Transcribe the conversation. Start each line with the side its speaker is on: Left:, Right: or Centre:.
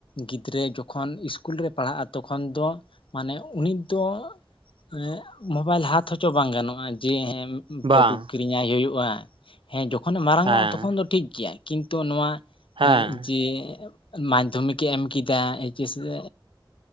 Left: ᱜᱤᱫᱽᱨᱟᱹ ᱡᱚᱠᱷᱚᱱ ᱥᱤᱥᱠᱩᱞ ᱨᱮ ᱯᱟᱲᱦᱟᱜᱼᱟ ᱛᱚᱠᱷᱚᱱ ᱫᱚ ᱢᱟᱱᱮ ᱩᱱᱤ ᱛᱚ ᱮ ᱢᱳᱵᱟᱭᱤᱞ ᱦᱟᱛ ᱦᱚᱪᱚ ᱵᱟᱝ ᱜᱟᱱᱚᱜᱼᱟ ᱡᱮ ᱦᱮᱸ
Right: ᱵᱟᱝ
Left: ᱵᱟᱹᱵᱩ ᱠᱤ ᱠᱤᱨᱤᱧᱟᱭ ᱦᱩᱭᱩᱜᱼᱟ ᱦᱮᱸ ᱡᱚᱠᱷᱚᱱᱮ ᱢᱟᱨᱟᱝ
Right: ᱦᱮᱸ
Left: ᱚᱜᱼᱟ ᱛᱚᱠᱷᱚᱱ ᱫᱚ ᱴᱷᱤᱠ ᱜᱮᱭᱟ ᱠᱤᱱᱛᱩ ᱱᱚᱣᱟ
Right: ᱦᱮᱸ
Left: ᱮᱸ ᱡᱮ ᱢᱟᱡᱽᱫᱷᱚᱢᱤᱠᱮ ᱮᱢ ᱠᱤᱫᱟ ᱮᱭᱤᱪᱮᱥᱮ